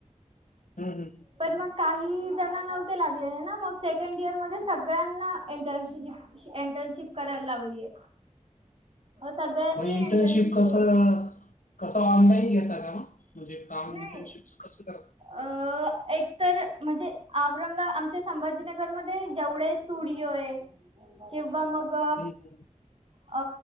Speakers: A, on the left (about 90°); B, on the right (about 45°).
A: हं. हं.
B: तर मग काही जण नव्हते लागलेले ना? मग सेकंड इयर मध्ये सगळ्यांना इंटर्नशिप. एंटर्नशिप करायला लावलीए. सगळ्यांनी
A: मग इंटर्नशिप
B: एंटर्नशिप केली.
A: कसं कसं ऑनलाईन घेता का? म्हणजे काम
B: नाही
A: इंटर्नशिपच कसं करतात?
B: अ. एकतर म्हणजे औरंगा आमच्या संभाजीनगरमध्ये जेवढे स्टुडिओ आहे. किंवा मग-
A: हम्म, हम्म,
B: अ